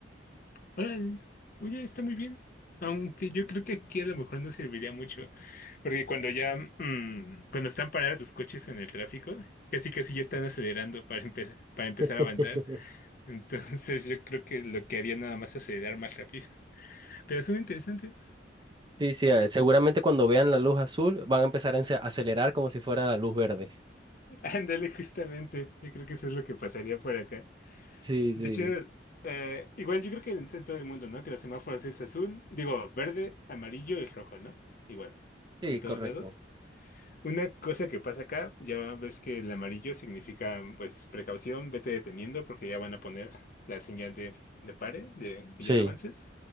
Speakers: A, on the left (about 50°); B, on the right (about 25°).
A: Órale. Oye, está muy bien. Aunque yo creo que aquí a lo mejor no serviría mucho. Porque cuando ya, mm, cuando están parados los coches en el tráfico, casi casi ya están acelerando para empezar, para empezar
B: <laughs>
A: a avanzar. Entonces yo creo que lo que haría nada más es acelerar más rápido. <laughs> Pero es muy interesante.
B: Sí, sí, eh, seguramente cuando vean la luz azul van a empezar a ence- a acelerar como si fuera la luz verde.
A: Ándale, justamente. Yo creo que eso es lo que pasaría por acá.
B: Sí,
A: De
B: sí,
A: hecho, eh, igual yo creo que en todo el mundo, ¿no? Que los semáforos es azul, digo, verde, amarillo y rojo, ¿no? Igual,
B: sí,
A: en todos
B: correcto.
A: lados. Una cosa que pasa acá, ya ves que el amarillo significa, pues, precaución, vete deteniendo porque ya van a poner la señal de, de pare, de que
B: Sí.
A: ya no avances.